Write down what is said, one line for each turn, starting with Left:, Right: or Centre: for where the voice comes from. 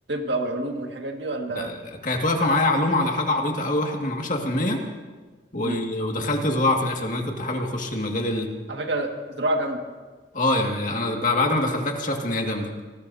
Right: او العلوم والحاجات دي ولا
Left: ده- كانت واقفة معايا علوم على حاجة عبيطة أوي واحد من 10% و...
Right: امم
Left: ودخلت زراعة في الآخر لأن أنا كنت حابب أخش المجال
Right: على فكره زراعه جامده
Left: اه يعني انا ب- بعد ما دخلتها اكتشفت ان هي جامده